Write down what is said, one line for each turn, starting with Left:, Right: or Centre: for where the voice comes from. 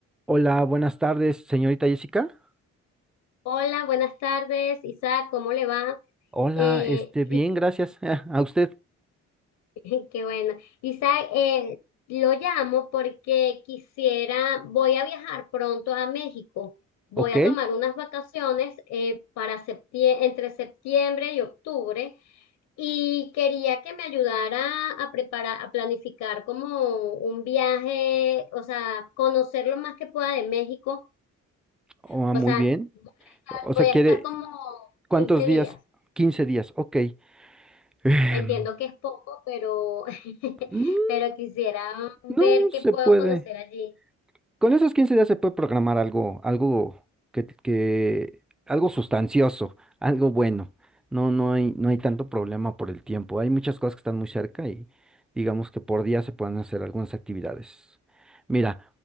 Centre: Hola, buenas tardes, señorita Jessica.
Left: Hola, buenas tardes, Isaac, ¿cómo le va?
Centre: Hola,
Left: Eh,
Centre: este,
Left: Is-
Centre: bien, gracias. <laughs> Ah, A usted,
Left: <laughs> qué bueno. Isaac, eh, lo llamo porque quisiera, voy a viajar pronto a México, voy
Centre: ok.
Left: a tomar unas vacaciones eh, para septie- entre septiembre y octubre y quería que me ayudara a preparar, a planificar como un viaje, o sea, conocer lo más que pueda de México,
Centre: Ah,
Left: o
Centre: muy
Left: sea,
Centre: bien. O sea,
Left: voy
Centre: quiere,
Left: a estar como
Centre: ¿cuántos
Left: 15
Centre: días?
Left: días.
Centre: 15 días, ok. Em,
Left: Entiendo que es poco, pero, <laughs>
Centre: mm,
Left: pero quisiera ver
Centre: no
Left: qué
Centre: se
Left: puedo
Centre: puede.
Left: conocer allí.
Centre: Con esos 15 días se puede programar algo, algo que, que- algo sustancioso, algo bueno. No, no hay, no hay tanto problema por el tiempo. Hay muchas cosas que están muy cerca y digamos que por día se pueden hacer algunas actividades. Mira,